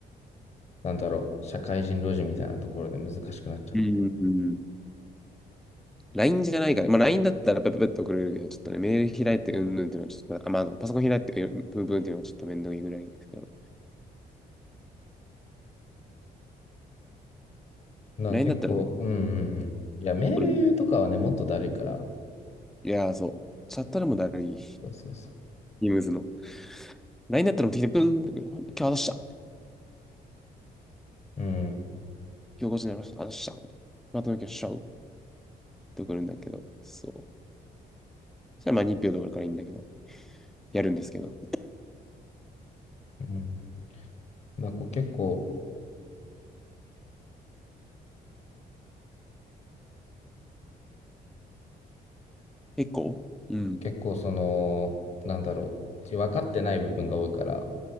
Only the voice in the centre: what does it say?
うんうん。LINE じゃないから、まあ LINE だったらペペペッと送れるけど、ちょっとね、メール開いてうんぬんっていうのはちょっと、あ、まあ、あのパソコン開いてうんぷんぷんっていうのはちょっとめんどいぐらいですけど、
LINE
だったらね、
送るんで。
いやー、そう。チャットでもだるい。
イムズの。LINE だったらもってきて、ブーンってくる。今日渡した。
今日5時になりました。渡した。まとめ今日しちゃうって送るんだけど、そう。じゃあまあ2秒で終わるからいいんだけど、やるんですけど。
結構うん。